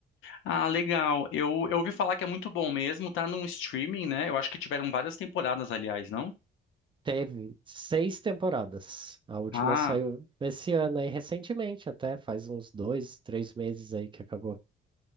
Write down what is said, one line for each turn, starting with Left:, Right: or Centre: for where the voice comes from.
Left: Ah, legal. Eu, eu ouvi falar que é muito bom mesmo, tá num streaming, né? Eu acho que tiveram várias temporadas, aliás, não?
Right: Teve seis temporadas. A última
Left: Ah.
Right: saiu esse ano aí, recentemente, até faz uns dois, três meses aí que acabou.